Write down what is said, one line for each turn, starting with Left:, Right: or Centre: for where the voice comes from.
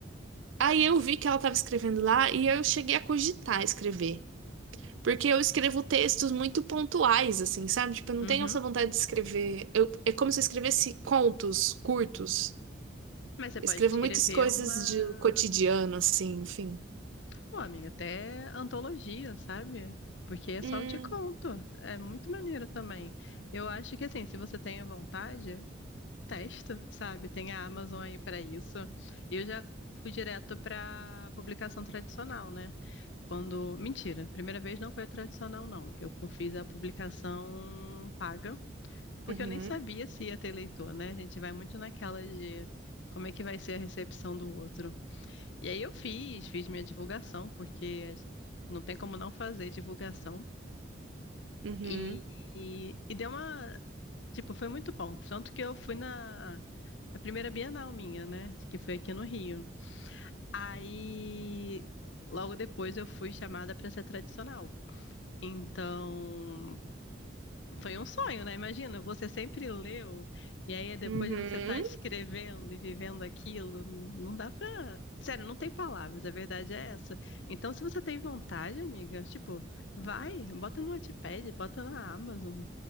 Right: aí eu vi que ela estava escrevendo lá e eu cheguei a cogitar escrever. Porque eu escrevo textos muito pontuais, assim, sabe? Tipo, eu não
Left: Uhum.
Right: tenho essa vontade de escrever. Eu, é como se eu escrevesse contos curtos.
Left: Mas você pode
Right: Eu escrevo
Left: escrever
Right: muitas coisas
Left: uma.
Right: de cotidiano, assim, enfim.
Left: Pô, amiga, até antologia, sabe? Porque é só
Right: Hum,
Left: o de conto. É muito maneiro também. Eu acho que, assim, se você tem a vontade, testa, sabe? Tem a Amazon aí para isso. Eu já fui direto para publicação tradicional, né? Quando. Mentira, primeira vez não foi a tradicional, não. Eu fiz a publicação paga. Porque
Right: uhum,
Left: eu nem sabia se ia ter eleitor, né? A gente vai muito naquela de como é que vai ser a recepção do outro. E aí eu fiz, fiz minha divulgação, porque não tem como não fazer divulgação.
Right: uhum,
Left: E, e, e deu uma. Tipo, foi muito bom. Tanto que eu fui na, na primeira Bienal minha, né? Que foi aqui no Rio. Aí, logo depois, eu fui chamada para ser tradicional. Então, Foi um sonho, né? Imagina, você sempre leu, e aí depois
Right: uhum,
Left: você tá escrevendo e vivendo aquilo, não dá pra. Sério, não tem palavras, a verdade é essa. Então, se você tem vontade, amiga, tipo, vai, bota no Wattpad, bota na Amazon.